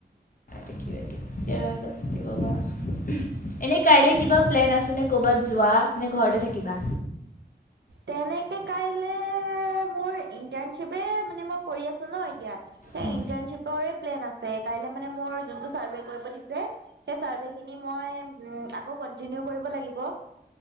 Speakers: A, on the left; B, on the right.
A: <unintelligible> এনে কাইলে কিবা প্লেন আছে নে ক'বাত যোৱা? নে ঘৰতে থাকিবা?
B: তেনেকে কাইলে মোৰ ইন্টাৰ্ণশ্বিপে মানে মোক কৰি আছো ন এতিয়া।
A: মই
B: এই ইণ্টাৰ্ণশ্বিপৰে প্লেন আছে। কাইলে মানে মোৰ যোনটো চাৰ্ভে কৰিব দিছে, সেই চাৰ্ভেখিনি মই উম, আকৌ কন্টিনিউ কৰিব লাগিব।